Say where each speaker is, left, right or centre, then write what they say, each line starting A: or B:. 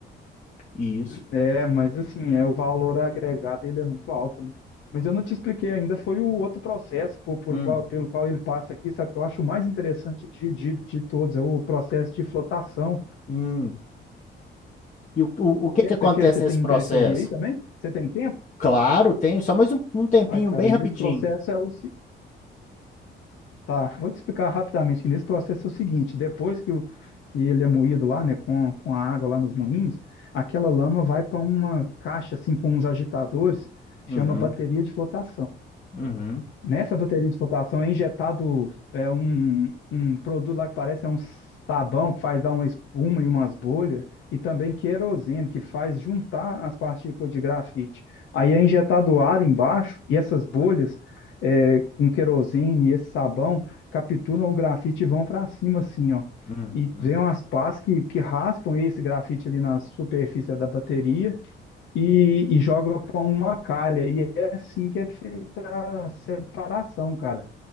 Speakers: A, on the left; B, on the left.
A: Isso.
B: É, mas assim, é, o valor agregado ele é muito alto, né? Mas eu não te expliquei ainda, foi o outro processo por, por
A: Hum.
B: qual, pelo qual ele passa aqui, sabe? Que eu acho o mais interessante de, de, de todos, é o processo de flotação.
A: Hum. E o, o,
B: Quer-
A: o que que acontece
B: Você, quer, você tem
A: nesse processo?
B: interesse em ouvir aí também? Você tem tempo?
A: Claro, tem só mais um, um tempinho
B: Ai, cara,
A: bem
B: nesse
A: rapidinho.
B: processo é o, Tá, vou te explicar rapidamente que nesse processo é o seguinte, depois que, o, que ele é moído lá, né, com, com a água lá nos moinhos, aquela lama vai para uma caixa assim com uns agitadores, chama
A: Uhum,
B: bateria de flotação.
A: uhum,
B: Nessa bateria de flotação é injetado é, um, um produto lá que parece é um sabão que faz dar uma espuma e umas bolhas, e também querosene, que faz juntar as partículas de grafite. Aí é injetado ar embaixo e essas bolhas é, com querosene e esse sabão capturam o grafite e vão para cima assim, ó.
A: uhum.
B: E vem umas pás que, que raspam esse grafite ali na superfície da bateria e, e joga com uma calha. E é assim que é feita a separação, cara.